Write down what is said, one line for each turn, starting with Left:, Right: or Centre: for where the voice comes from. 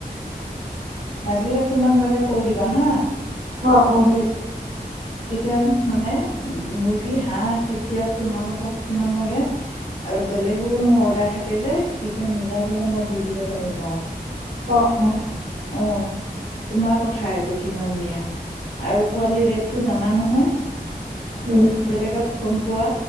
Left: লাগিলে কিমান লাগে কৈ দিবা হা।
Right: অঁ অঁ।
Left: কৈ তেতিয়া মানে মুৰ্গী, হাঁহ তেতিয়া তোমালোকক কিমান লাগে আৰু বেলেগৰো মোৰ অৰ্ডাৰ থাকে যে, সেইটো মিলাই পেলাই মই দি দিব পাৰিম আৰু।
Right: অঁ অঁ
Left: অঁ। তোমাৰ কথা এইটো কিমান নিয়া, আৰু পোৱালি ৰেটটো জানা নহয়?
Right: উম,
Left: বেলেগত গম পোৱা?